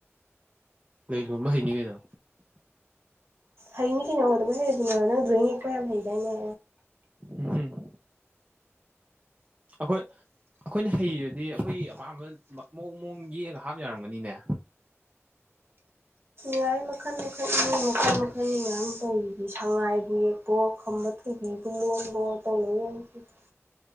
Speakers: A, on the right; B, on the right.
A: ꯂꯩ ꯂꯣꯟꯕ ꯍꯩꯅꯤ ꯀꯩꯅꯣ
B: ꯍꯩꯅꯤ ꯀꯩꯅꯣ ꯅꯪ ꯀꯩꯗꯧꯕꯩ ꯍꯩꯔꯣꯏꯗꯣꯏꯅꯣ ꯅꯪ ꯗ꯭ꯔꯣꯋꯤꯡ ꯌꯦꯛꯄ ꯌꯥꯝ ꯍꯩ ꯗꯥꯏꯅꯦ
A: ꯎꯝ ꯑꯩꯈꯣꯏ ꯑꯩꯈꯣꯏꯅ ꯍꯩꯔꯗꯤ ꯑꯩꯈꯣꯏ ꯑꯄꯥꯝꯕ ꯃꯑꯣꯡ ꯃꯑꯣꯡ ꯌꯦꯛꯑꯒ ꯍꯥꯞ ꯌꯥꯔꯝꯒꯅꯤꯅꯦ
B: ꯌꯥꯢ ꯃꯈꯟ ꯃꯈꯟ ꯃꯤ ꯃꯈꯟ ꯃꯈꯟ ꯃꯌꯥꯝ ꯇꯧꯔꯤꯗꯤ ꯁꯉꯥꯏꯕꯨ ꯌꯦꯛꯋꯣ ꯈꯝꯕ ꯊꯣꯢꯕꯤꯕꯨ ꯂꯣꯟꯕꯋꯣ ꯇꯧꯅꯩ ꯃꯌꯥꯝꯁꯤꯗꯤ